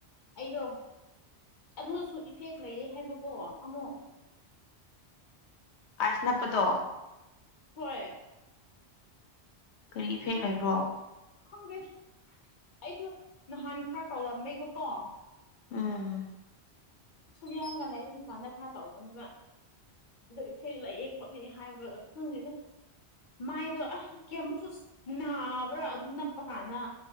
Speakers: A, on the left (about 55°); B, on the left (about 85°).
A: ꯑꯩꯗꯣ ꯑꯗꯨꯅꯁꯨ ꯏꯐꯦꯛ ꯂꯩꯌꯦ ꯍꯥꯏꯕꯀꯣ ꯑꯃꯨꯛ
B: ꯑꯥꯏꯁ ꯅꯥꯞ ꯄꯥ ꯗꯣ
A: ꯍꯣꯏ
B: ꯀꯔꯤ ꯏꯐꯦꯛ ꯂꯩꯕ꯭ꯔꯣ
A: ꯈꯪ ꯗꯦ ꯑꯩꯁꯨ ꯅꯍꯥꯟ ꯈꯔ ꯀꯧꯔꯝꯃꯦꯕꯀꯣ
B: ꯎꯝ
A: ꯁꯣꯅꯤꯌꯥꯒ ꯂꯥꯏꯕ ꯇꯥꯝꯗ ꯈꯥꯔ ꯇꯧꯕꯅꯦꯕ ꯑꯗꯣ ꯏꯐꯦꯛ ꯂꯥꯛꯑꯦ ꯈꯣꯠꯂꯦ ꯍꯥꯏꯕ ꯈꯪꯗꯦꯗ ꯃꯥꯏꯗꯣ ꯑꯁ ꯀꯌꯥꯃꯨꯛꯁꯨ ꯅꯥꯕ꯭ꯔꯥ ꯑꯗꯨ ꯅꯞꯄ ꯀꯥꯟꯗ